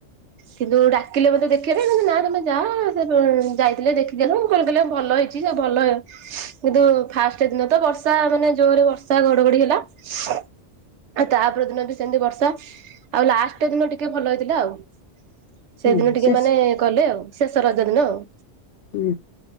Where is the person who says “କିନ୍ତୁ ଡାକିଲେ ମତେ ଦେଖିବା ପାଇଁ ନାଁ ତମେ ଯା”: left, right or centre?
Right